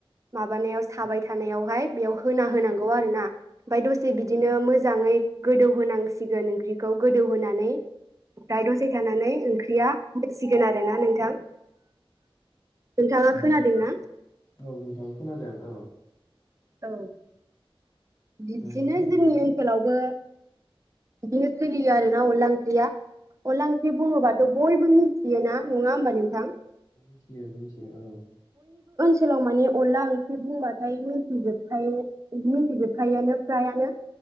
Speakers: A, on the right (about 35°); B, on the left (about 35°).
A: माबानायाव साबाय थानायावहाय बेयाव होना होनांगौ आरो ना ओमफ्राय दसे बिदिनो मो मोजाङै गोदौहांसिगोन ओंख्रिखौ गोदौ होनोनानै ओमफ्राय दसे थानानै ओंख्रिया होसिगोन आरोना नोंथां नोंथाङा खोनादोंना
B: औ नोंथां खोनादों औ
A: औ बिब्दिनो
B: नंगौ
A: जोंनि ओनसोलावबो बिदिनो सोलियो आरो ना अनला ओंख्रिया अनला ओंख्रि बुङोबाथ' बयबो मिथियोना नङा होमबा नोंथां
B: मिनथियो मिनथियो औ
A: सोलाव माने अनला ओंख्रि बुंबाथाय मिथिजोबखायो मिथिजोबखायोआनो फ्रायानो